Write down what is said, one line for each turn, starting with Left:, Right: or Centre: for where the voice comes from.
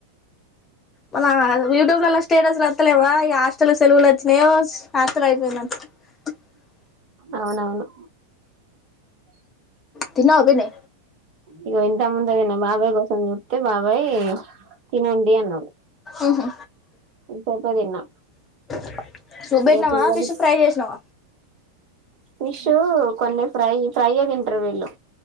Left: మన యూట్యూబ్ లలో స్టేటస్ వస్తలేవా ఈ హాస్టల్ సెలవున్చ్చినయో <unintelligible> అయిపోయింద <unintelligible>
Right: అవునవును
Left: తిన్నవ పిన్ని
Right: ఇగ ఇంత ముందగానే బాబాయి కోసం చూస్తే బాబయ్ తినండి అన్నాడు
Left: ఉహు
Right: ఇన్సేపే తిన్నా
Left: <unintelligible> పెట్టినావా
Right: ఇగ పిల్లలు
Left: ఫిష్ ఫ్రై చేసినావ
Right: ఫిష్ కొన్ని ఫ్రై ఫ్రై అ తింటరు వీళ్ళు